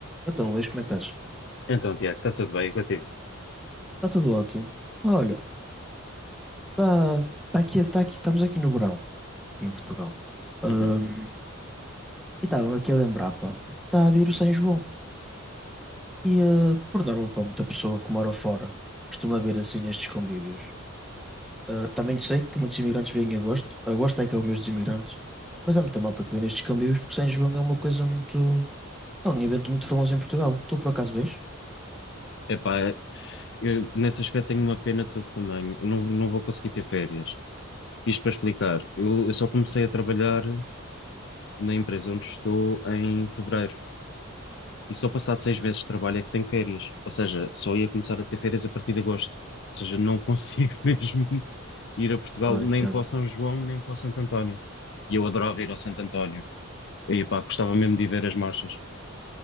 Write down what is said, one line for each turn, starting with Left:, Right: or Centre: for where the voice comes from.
Centre: Então, Luís, como é que estás?
Left: Então, Tiago, está tudo bem contigo?
Centre: Está tudo ótimo. Olha, está tá tá aqui, tá aqui, estamos aqui no verão, aqui em Portugal. Ahm,
Left: Uhum.
Centre: e estava-me aqui a lembrar, pá, está a vir o São João. E ah, por norma, pá, muita pessoa que mora fora costuma vir assim nestes convívios. Ah, também sei que muitos imigrantes vêm em agosto. Agosto é que é o mês dos imigrantes. Mas há muita malta que vem nestes convívios porque São João é uma coisa muito... É um evento muito famoso em Portugal. Tu por acaso vens?
Left: Epá, eu, nesse aspecto tenho uma pena de todo tamanho. Eu Não, não vou conseguir ter férias. Isto para explicar, eu, eu só comecei a trabalhar na empresa onde estou em fevereiro. E só passado seis meses de trabalho é que tenho férias. Ou seja, só ia começar a ter férias a partir de agosto. Ou seja, não consigo <laughs> mesmo ir a Portugal
Centre: Ah,
Left: nem
Centre: entendo.
Left: para o São João, nem para o Santo António. E eu adorava ir ao Santo António. E, epá, gostava mesmo de ir ver as marchas.